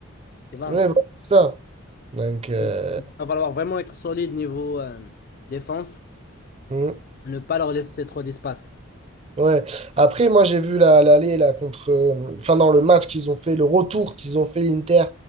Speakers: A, on the left; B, on the right.
A: tu vois.
B: Ouais, voilà, c'est ça. Donc, euh,
A: Donc, il va falloir vraiment être solide niveau euh, défense,
B: mmh.
A: ne pas leur laisser trop d'espace.
B: Ouais. Après, moi, j'ai vu la- l'aller là contre, euh, enfin dans le match qu'ils ont fait, le retour qu'ils ont fait l'Inter